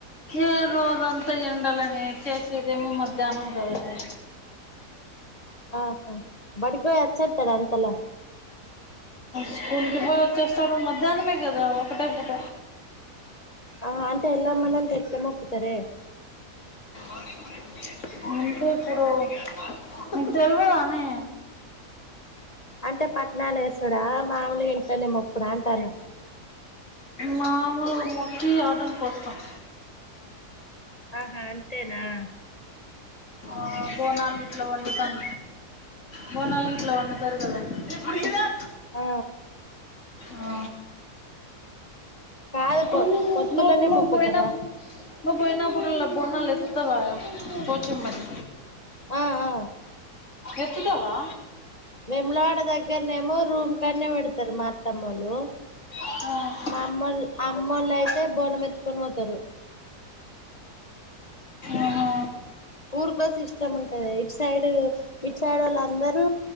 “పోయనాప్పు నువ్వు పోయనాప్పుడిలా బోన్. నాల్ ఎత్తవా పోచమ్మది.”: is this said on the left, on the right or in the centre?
Left